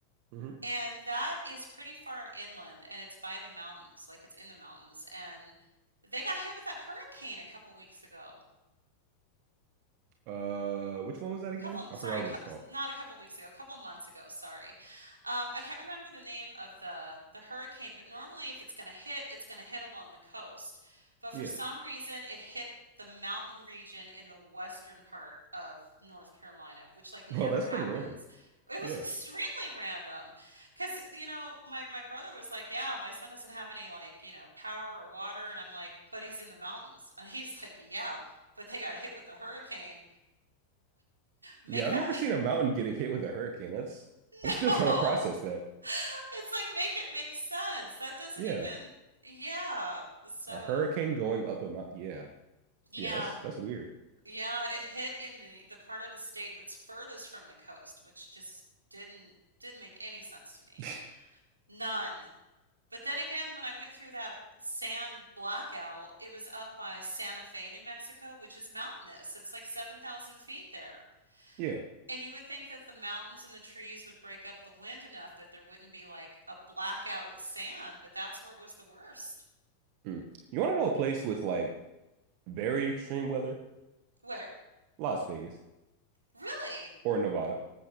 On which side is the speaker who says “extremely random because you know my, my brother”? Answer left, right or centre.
Right